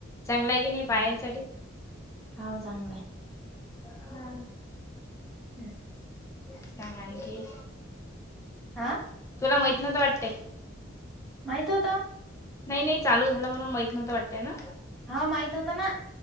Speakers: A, on the left; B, in the centre.
A: चांगलं आहे की नाही बायांसाठी.
B: हाव चांगलं आहे.
A: हा.
B: हम्म
A: सांग आणखी.
B: आं.
A: तुला माहित नव्हतं वाटतय.
B: माहित होत.
A: नाही नाही चालू झाला म्हणून माहित नव्हत वाटतय ना.
B: हा माहित होता ना.